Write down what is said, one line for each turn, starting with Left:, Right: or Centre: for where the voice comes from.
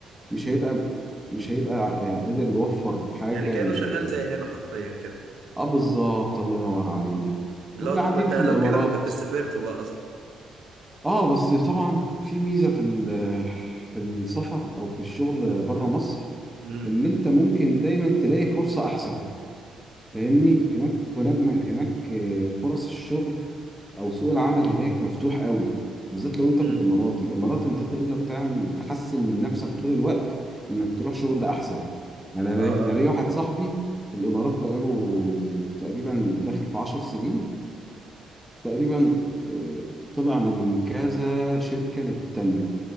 Centre: مش هيبقى مش هيبقى ع- قادر يوفر حاجة
Right: يعني كأنه
Centre: ل-
Right: شغال زي هنا حرفيا كده
Centre: اه بالظبط الله ينور عليك
Right: اللي
Centre: واللي
Right: هو طب
Centre: قاعدين
Right: ما انت
Centre: في
Right: لو
Centre: الإمارات
Right: كده ما كنت سافرت بقى اصلا
Centre: اه بس طبعا في ميزة في ال- في السفر أو في الشغل بره مصر
Right: امم
Centre: إن أنت ممكن دايما تلاقي فرصة أحسن فاهمني هناك هناك هناك فرص الشغل او سوق العمل هناك مفتوح قوي بالذات لو انت
Right: امم
Centre: في الامارات الامارات انت تقدر تعمل تحسن من نفسك طول الوقت انك تروح شغل احسن يعني
Right: اه
Centre: انا انا
Right: اه
Centre: ليا واحد صاحبي في الامارات بقاله تقريبا داخل في 10 سنين تقريبا آه، طلع من كذا شركة للتانية